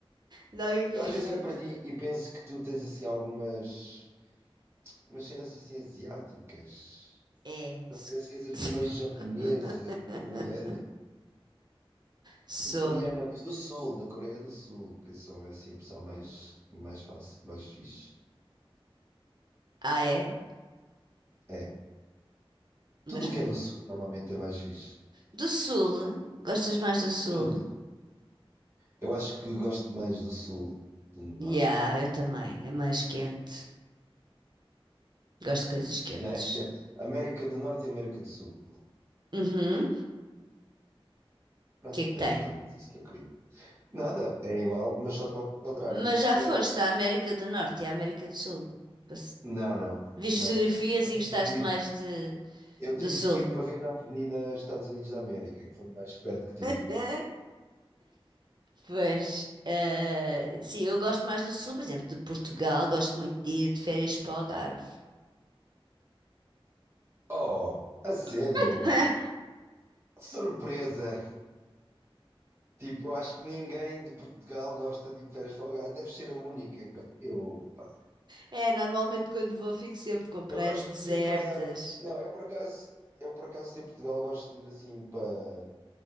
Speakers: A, on the right; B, on the right.
A: de alguém que
B: Eu
A: fez...
B: às vezes olho
A: isso.
B: para ti e penso que tu tens assim algumas umas cenas assim asiáticas.
A: É. se-
B: Parece que és assim
A: se-
B: meio japonesa,
A: <laughs>
B: coreana.
A: Sou.
B: Assim, coreana, mas do sul, da Coreia do Sul, que são assim o pessoal mais, mais fácil, mais fixe.
A: Ah, é?
B: É. Tudo
A: Mas
B: o que
A: conhe-
B: é do sul normalmente é mais fixe.
A: Do Sul? Gostas mais do Sul?
B: Hum. Eu acho que gosto mais do sul, do norte.
A: Yeah, eu também. É mais quente. Gosto de coisas quentes.
B: Né? De- América do Norte e América do Sul.
A: Uhum. O
B: Pronto,
A: que é que tem?
B: era mais ou menos isso que eu queria. Nada, é igual, mas só que ao contrário.
A: Mas já
B: Ah,
A: foste à América do Norte e à América do Sul. Passe-
B: Não, não,
A: Viste
B: não.
A: fotografias
B: O máximo
A: e gostaste
B: que eu tive,
A: mais de,
B: eu
A: do
B: tive
A: Sul.
B: que ir uma vez à Avenida Estados Unidos da América, que foi o mais perto que tive.
A: <laughs> Pois, eh, sim, eu gosto mais do Sul, por exemplo, de Portugal, gosto muito de ir de férias para o Algarve.
B: Oh, a sério?
A: <laughs>
B: Que Surpresa! Tipo, eu acho que ninguém de Portugal gosta de ir de férias para o Algarve. Deve ser a única. Eu, pá.
A: É, normalmente quando vou fico sempre com praias
B: Eu gosto,
A: desertas.
B: tipo, a... Não, eu por acaso, eu por acaso em Portugal gosto de ir assim para,